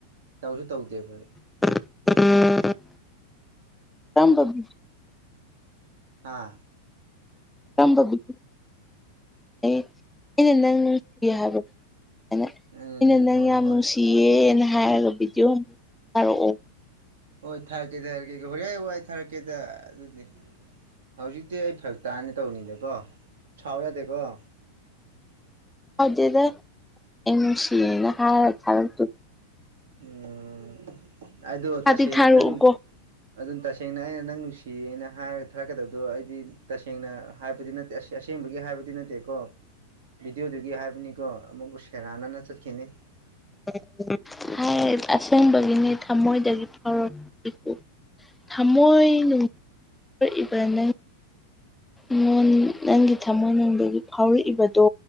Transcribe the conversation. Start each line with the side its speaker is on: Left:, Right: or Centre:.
Right: ꯇꯧꯖꯨ ꯇꯧꯗꯦꯕ ꯑꯩ
Centre: <unintelligible> ꯀꯔꯝꯕ ꯕꯤ
Right: ꯑꯥ
Centre: <unintelligible> ꯑꯩꯅ ꯅꯪ <unintelligible> ꯍꯥꯏꯕ ꯑꯩꯅ
Right: ꯎꯝ
Centre: ꯑꯩꯅ ꯅꯪ
Right: ꯍꯣꯏ
Centre: ꯌꯥꯝ
Right: ꯍꯣꯏ
Centre: ꯅꯨꯡꯁꯤꯌꯦꯅ ꯍꯥꯏꯔꯒ ꯕꯤꯗꯤꯌꯣ ꯑꯝ ꯊꯥꯔꯣꯑꯣ
Right: ꯍꯣꯏ ꯊꯥꯔꯛꯀꯦ ꯊꯥꯔꯛꯀꯦꯀꯣ ꯍꯣꯔꯦꯟ ꯋꯥꯏ ꯊꯥꯔꯛꯀꯦꯗ ꯑꯗꯨꯗꯤ ꯍꯧꯖꯤꯛꯇꯤ ꯑꯩ ꯐꯔꯛ ꯇꯥꯅꯤ ꯇꯧꯅꯤꯗꯀꯣ ꯁꯥꯎ ꯌꯥꯗꯦꯀꯣ <unintelligible>
Centre: ꯁꯥꯎꯗꯦꯗ ꯑꯩ ꯅꯨꯡꯁꯤꯌꯦꯅ ꯍꯥꯏꯔ ꯊꯥꯔꯛꯇꯣꯏ
Right: ꯎꯝ ꯑꯗꯣ
Centre: ꯊꯥꯗꯤ
Right: ꯇꯁꯦꯡꯅ
Centre: ꯊꯥꯔꯛꯎꯀꯣ
Right: ꯅꯪ ꯑꯗꯨꯟ ꯇꯁꯦꯡꯅ ꯑꯩꯅ ꯅꯪ ꯅꯨꯡꯁꯤꯌꯦꯅ ꯍꯥꯏꯔꯒ ꯊꯥꯔꯛꯀꯗꯕꯗꯣ ꯑꯩꯗꯤ ꯇꯁꯦꯡꯅ ꯍꯥꯏꯕꯗꯤ ꯅꯠ ꯇꯦꯁ ꯑꯁꯦꯡꯕꯒꯤ ꯍꯥꯏꯕꯗꯤ ꯅꯠꯇꯦꯀꯣ ꯕꯤꯗꯤꯌꯣꯗꯨꯒꯤ ꯍꯥꯏꯕꯅꯤꯀꯣ ꯑꯃꯨꯛ ꯁꯦꯔꯥꯟꯅꯅ ꯆꯠꯈꯤꯅꯤ
Centre: <unintelligible> ꯍꯥꯏꯞ ꯑꯁꯦꯡꯕꯒꯤꯅꯤ ꯊꯃꯣꯏꯗꯒꯤ ꯐꯥꯎꯔꯞ <unintelligible> ꯊꯃꯣꯏ ꯅꯨꯡ ꯔꯏꯕ ꯅꯪ ꯉꯣꯟ ꯅꯪꯒꯤ ꯊꯃꯣꯏꯅꯨꯡꯗꯒꯤ ꯐꯥꯎꯔꯛꯏꯕꯗꯣ